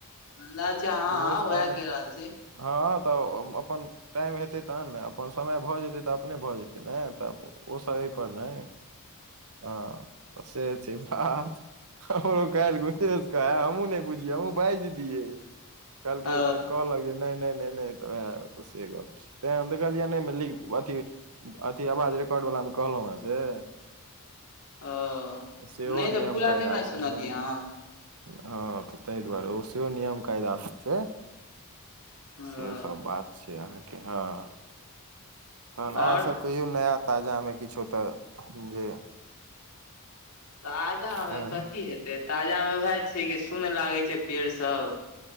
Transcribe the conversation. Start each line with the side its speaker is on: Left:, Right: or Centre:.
Left: <unintelligible>
Right: उहे
Left: हँ
Right: सऽ
Left: उएह
Right: काने
Left: कहि रहल छी
Right: हँ तऽ अपन टाइम हेतै तहन न अपन समय भऽ जेतै तऽ अपने भऽ जेतै ने तब ओसभ एहिपर <inaudible> नै हँ तऽ से छै बात हमरो कायल <unintelligible> कहय हमू नै बुझिय हमहुँ बाजज दिय कहलके
Left: ओ
Right: फेर कहल लै नै नै नै नै तैय ऐत से गप्प छै तै हम देखलिए नै <unintelligible> अथि आवाज रिकॉर्डवला में कहलु है से <inaudible>
Left: ओ
Right: सेहो
Left: नहि तऽ
Right: नियम
Left: पूरा
Right: कायदा
Left: नहि सुनलियै
Right: छै ने
Left: हम
Right: हँ तऽ तैय दुआरे ओ सिओ नियम कायदा स छै <inaudible>
Left: ओ
Right: से सब बात छै अहाँ केँ हँ <inaudible> तहन
Left: आओर
Right: अहाँ सब कहियो नया ताजा में किछो तऽ जे
Left: ताजा
Right: आँय
Left: में कथी हेतै ताजा मे उएह छै कि सुन लागै छै पेड़ सब